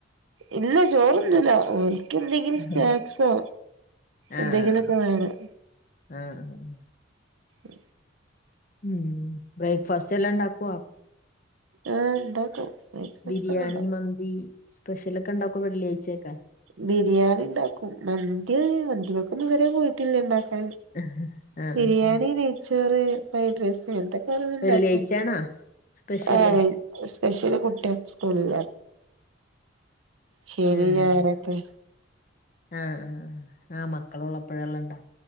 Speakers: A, on the right (about 80°); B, on the left (about 45°).
A: ഇല്ല ചോറൊന്നുംല്ല ഒ ാ ൽക്ക എന്തെങ്കിലും
B: ആഹ്
A: സ്നാക്സോ
B: ആഹ്
A: എന്തെങ്കനൊക്ക വാ ണം
B: <unintelligible>
A: ആ
B: ഉം ബ്രേക്ഫാസ്റ്റ് എല്ലാണ്ടാക്കോ
A: ആ ഇണ്ടാക്കും ബ്രേക്ക്ഫാസ്റ്റ്
B: ബിരിയാണി
A: ഒക്കെ ഇണ്ടാക്കും
B: മന്തി സ്പെഷ്യല ഒക്കെ ഉണ്ടക്കോ വെള്ളിയാഴ്ചയക്കെ
A: ബിരിയാണി ഉണ്ടാക്കും മന്തി മന്തിമൊക്ക ഇതുവരെ പോയിട്ടില്ലേണ്ട
B: ആഹ് ആഹ്
A: ബിരിയാണി
B: ആഹ്
A: നെയച്ചോറ് ഫ്രൈഡ് റൈസ് അങ്ങനത്തെൊക്കെ ണ്ടാക്ക
B: വെള്ളിയാഴ്ചയാണോ സ്പെഷ്യല്
A: ആ <unintelligible> സ്പെഷ്യലി കുട്ടി സ്കൂളിൽ ശനി
B: ആഹ്
A: ഞായറെക്കെ
B: ആഹ് ആ ആഹ് മക്കള ഉള്ളപ്പോഴെല്ലാംണ്ടാ